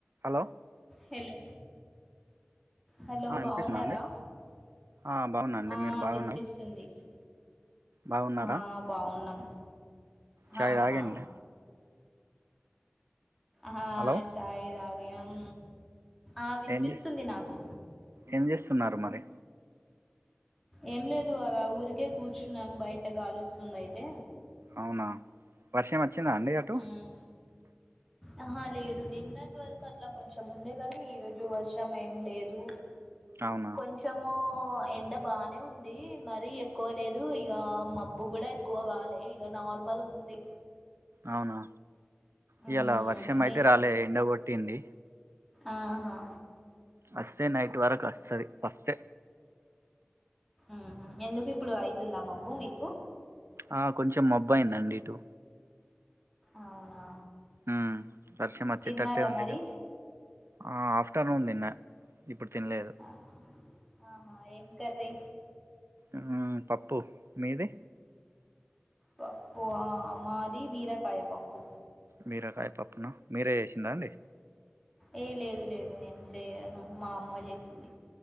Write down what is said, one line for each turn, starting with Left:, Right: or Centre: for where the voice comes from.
Right: హలో
Centre: హలో హలో
Right: ఆ వినిపిస్తుందా
Centre: బాగున్నారా
Right: అండి ఆ బాగున్నాండి
Centre: ఆ
Right: మీరు బాగున్నా
Centre: వినిపిస్తుంది
Right: బాగున్నారా
Centre: ఆ బాగున్నాం
Right: చాయ్
Centre: ఆహా
Right: తాగేయండి
Centre: హా
Right: హలో
Centre: చాయ్ తాగినాం ఆ వినిపిస్తుంది
Right: ఏం చేస్
Centre: నాకు
Right: ఏం చేస్తున్నారు మరి
Centre: ఏం లేదు అలా ఊరికే కూర్చున్నాం బయట గాలి వస్తుంది అయితే
Right: అవునా వర్షం వచ్చిందా అండి అట్టు
Centre: ఉమ్, ఆహా లేదు నిన్నటి వరకు అట్ల కొంచెం ఉండే కాని ఈరోజు వర్షం ఏం లేదు
Right: అవునా
Centre: కొంచ్ తేమో ఎండ బానే ఉంది మరి ఎక్కువ లేదు ఇగ మబ్బు కూడా క్కువ గాలే ఇగ నార్మల్ గా ఉంది
Right: అవునా ఇయ్యాల
Centre: ఉమ్,
Right: వర్షం
Centre: మీ
Right: అయితే రాలే ఎండగొట్టింది
Centre: ఆహా
Right: వస్తే నైట్ వరకు వస్తది వస్తే
Centre: ఉహు ఎందుకు ఇప్పుడు అయితుందా మబ్బు మీకు
Right: ఆ కొంచెం మబ్బు అయిందండి ఇటు
Centre: అవునా
Right: ఉహ్మ్ వర్షం వచ్చేతట్టే
Centre: తిన్నారా
Right: ఉంది
Centre: మరి
Right: కానీ ఆ ఆఫ్టర్నూన్ తిన్నా ఇప్పుడు తిన్నలేదు
Centre: ఆ, ఆహా ఏం కర్రీ
Right: ఉ పప్పు మీది
Centre: పప్పు ఆ మాది బీరకాయ పప్పు
Right: బీరకాయ పప్పు నా మీరే చేసిండ్ర అండి
Centre: ఏ లేదు లేదు నేను చేయను మా అమ్మ చేసింది